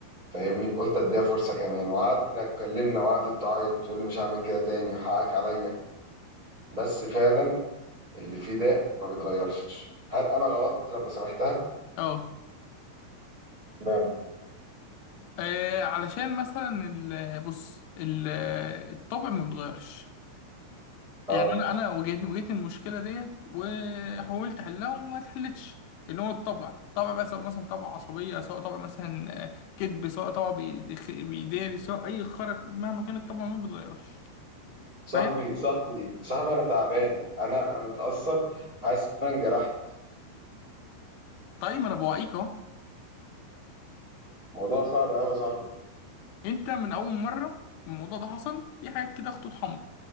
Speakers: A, on the right (about 20°); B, on the left (about 80°).
A: فاهمني قلت اديها فرصه كمان وقعدنا اتكلمنا وقعدت تعيط تقول لي مش هعمل كده تاني حقك عليا بس فعلا اللي فيه ده ما بيتغيرش هل انا غلطت لما سامحتها؟
B: أه
A: اشمعنى؟
B: آه، علشان مثلا ال- بص ال- الطبع ما بيتغيرش
A: اه
B: يعني انا انا واجهتني واجهتني المشكله ديت وحاولت احلها وما اتحلتش اللي هو الطبع طبع بقى سواء مثلا طبع عصبيه سواء طبع مثلا آه، كذب سواء طبع بيدخ- بيداري سواء اي خرج مهما كان الطبع ما بيتغيرش
A: صاحبي
B: فاهم
A: صاحبي صاحبي انا تعبان انا انا متاثر حاسس ان انا انجرحت
B: طيب ما انا بوعيك اهو
A: موضوع صعب قوي يا صاحبي
B: انت من اول مره الموضوع ده حصل في حاجات كده خطوط حمراء